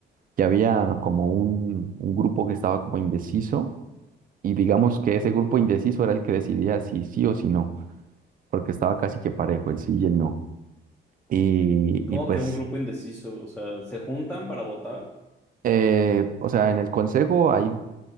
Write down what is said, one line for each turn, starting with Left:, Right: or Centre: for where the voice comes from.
Right: Que había como un, un grupo que estaba como indeciso y digamos que ese grupo indeciso era el que decidía si sí o si no, porque estaba casi que parejo el sí y el no. Y,
Centre: Como
Right: y pues
Centre: que un grupo indeciso, o sea, se juntan para votar.
Right: Eh, o sea, en el Consejo hay